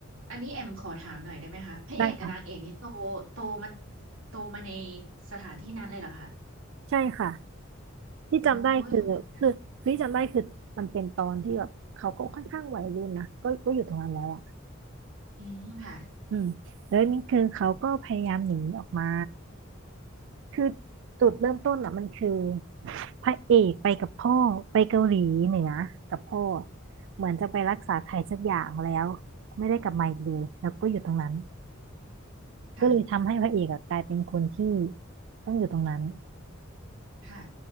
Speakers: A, on the right (about 80°); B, on the right (about 65°).
A: อันนี้แอมขอถามหน่อยได้ไหมคะพระเอกกับนางเอกนี่โต
B: ได้ค่ะ
A: โตมันโตมาในสถานที่นั้นเลยเหรอคะ
B: ใช่ค่ะที่จำได้คือคือคือที่จำได้คือมันเป็นตอนที่แบบเขาก็ค่อนข้างวัยรุ่นนะก็ก็อยู่ตรงนั้นแล้วอ่ะ
A: โอ้ยโหดอะอืมค่ะ
B: อืมแล้วนี่คือเขาก็พยายามหนีออกมา คือจุดเริ่มต้นอ่ะมันคือพระเอกไปกับพ่อไปเกาหลีเหนือกับพ่อเหมือนจะไปรักษาใครสักอย่างแล้วไม่ได้กลับมาอีกเลยแล้วก็อยู่ตรงนั้น
A: ค่ะ
B: ก็เลยทำให้พระเอกอะกลายเป็นคนที่ต้องอยู่ตรงนั้น
A: ค่ะ